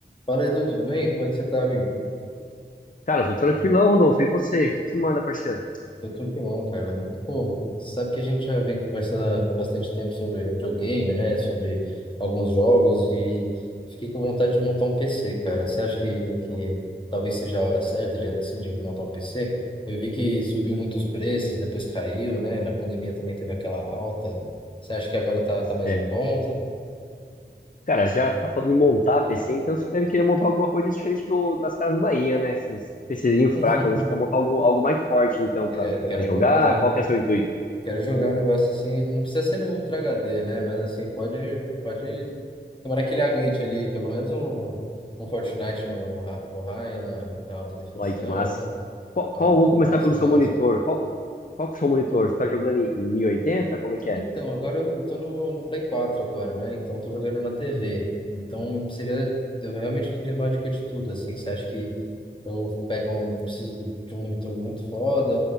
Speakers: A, on the left; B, on the left.
A: Fala, Edu, tudo bem? Como é que você tá, amigo?
B: Cara, tô tranquilão, Rodolfo. E você? O que que manda, parceiro?
A: Tô tranquilão, cara. Pô, sabe que a gente já vem conversando há bastante tempo sobre videogame, né? Sobre alguns jogos e fiquei com vontade de montar um PC, cara. Você acha que, que talvez seja a hora certa de, assim, de montar um PC? Eu vi que subiu muitos preços, depois caiu, né? Na pandemia também teve aquela alta. Você acha que agora tá, tá mais
B: É,
A: em conta?
B: cara, já tá falando em montar PC, então você deve querer montar alguma coisa diferente do, das Casas Bahia, né? Esses PCzinhos
A: <laughs>
B: fracos, né? Você quer montar algum, algo mais forte, então,
A: É,
B: pra,
A: quero
B: pra jogar?
A: alguma coisa mais?
B: Qual que é o seu intuito?
A: Quero jogar um negócio assim, não precisa ser no Ultra HD, né? Mas assim, pode, pode, tomara que ele aguente ali, pelo menos um, um Fortnite no, no, hi- no high, na, na alta definição,
B: Olha que massa. Qual,
A: al-
B: qual, vamos
A: um
B: começar
A: negócio
B: pelo
A: legal
B: seu monitor.
A: assim.
B: Qual, qual que é o seu monitor? Você tá jogando em, em 1080? Como é que é?
A: Então, agora eu, eu tô no, no Play 4 agora, né? Então eu tô jogando na TV. Então seria, eu realmente queria uma dica de tudo, assim. Você acha que eu pego um, eu preciso de um monitor muito foda,